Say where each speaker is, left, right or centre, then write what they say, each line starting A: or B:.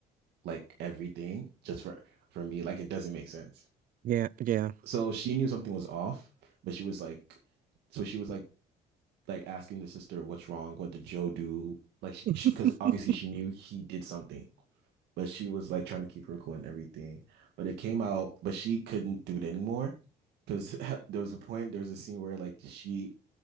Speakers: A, on the right (about 80°); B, on the right (about 55°).
A: like everything just for for me. Like it doesn't make sense
B: Yeah, yeah.
A: so she knew something was off, but she was like, so she was like, like asking the sister, "What's wrong? What did Joe do?" Like she,
B: <laughs>
A: she, because obviously she knew he did something, but she was like trying to keep her cool and everything. But it came out, but she couldn't do it anymore because <laughs> there was a point, there was a scene where like she,